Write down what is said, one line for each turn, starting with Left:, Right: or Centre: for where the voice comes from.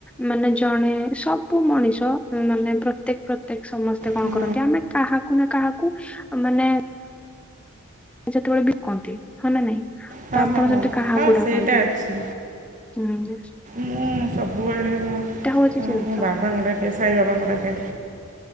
Centre: ମାନେ ଜଣେ ସବୁ ମଣିଷ ମାନେ ପ୍ରତ୍ୟେକ୍ ପ୍ର ଏ ସମସ୍ତେ କଣ
Right: ହଁ
Centre: କରନ୍ତି ଆମେ କାହାକୁ ନା କାହାକୁ ମାନେ ଯେତେବେଳେ ବିିକନ୍ତି ହଁ ନା ନାଇଁ ତ
Right: ହଁ
Centre: ଆପଣ
Right: ହଁ ହଁ
Centre: ସେଠି କାହାକୁ
Right: ହଁ
Centre: ଡାକନ୍ତି?
Right: ସେଇଟା ଅଛି
Centre: ହୁଁ ହୁଁ।
Right: ମୁଁ ସବୁବେଳେ ମୋ
Centre: ହଉଛି ଜିନିଷ
Right: ମୋ ବାବାଙ୍କୁ ଡାକେ ସାଇ ବାବାଙ୍କୁ ଡାକେ।